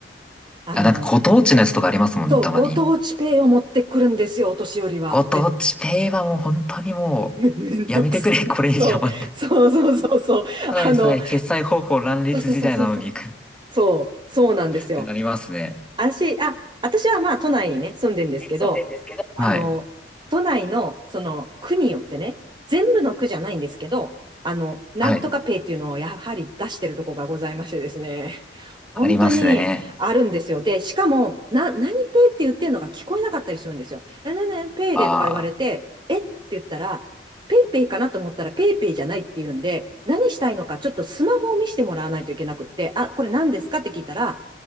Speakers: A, on the right; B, in the centre.
A: あの、
B: あ、なんかご当地のやつとかありますもんね、
A: そう、
B: たまに。
A: ご当地ペイを持ってくるんですよ、お年寄りは。
B: ご当地ペイはもう本当にも
A: め、め、めんどくさい。
B: う、やめてくれ、<laughs> これ以上って。
A: そう、そうそうそうそう。
B: ただでさえ決済方法乱立時代なのに
A: あの、そうそうそうそうそう。
B: <laughs> っ
A: そう、そうなんですよ。
B: てなりますね。
A: 私、あ、私はまあ都内にね、住んでんですけど、
B: 住んでんですけど、
A: あの、
B: はい。
A: 都内のその区によってね、全部の区じゃないんですけど、あの、なんとかペイっていうのをやはり出してるとこがございましてですね、
B: はい。
A: <laughs> 本当にあるんですよ。
B: ありますね。
A: で、しかも、な、何ペイって言ってるのが聞こえなかったりするんですよ。な、な、な、ペイでとか言われて、
B: ああ、
A: えって言ったら、ペイペイかなと思ったらペイペイじゃないって言うんで、何したいのかちょっとスマホを見せてもらわないといけなくって、あ、これ何ですかって聞いたら、